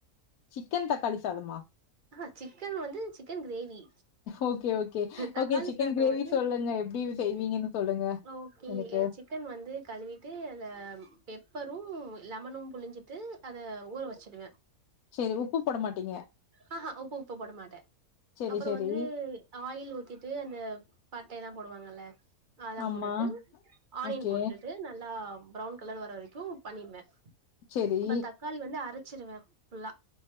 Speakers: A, on the left; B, on the right.
A: சிக்கன் தக்காளி சாதமா
B: ஆ ஆ சிக்கன் வந்து chicken gravy
A: okay okay
B: தக்காளி
A: okay சிக்கன்
B: சாதம்
A: கிரேவி
B: வந்து
A: சொல்லுங்க எப்டி செய்வீங்கன்னு சொல்லுங்க
B: ஓகே
A: எனக்கு
B: சிக்கன் வந்து கழுவிட்டு அத பெப்பரு லெமனு புழிஞ்சிட்டு அத ஊற வச்சுடுவே
A: சேரி உப்பு போட மாட்டீங்க
B: ஆ ஆ உப்பு உப்பு போட மாட்டே
A: சரி,
B: அப்புறோ
A: சரி.
B: வந்து ஆயில் ஊத்திட்டு அந்த பட்டைய எல்லா போடுவாங்கல்ல அதலா
A: ஆமா.
B: போட்டுட்டு ஆனியன்
A: ஓகே.
B: போட்டுட்டு நல்லா ப்ரௌன் கலர் வர வரைக்கு பண்ணிடுவே
A: சேரி
B: அப்புறோ தக்காளி வந்து அரைச்சிருவே ஃபுல்லா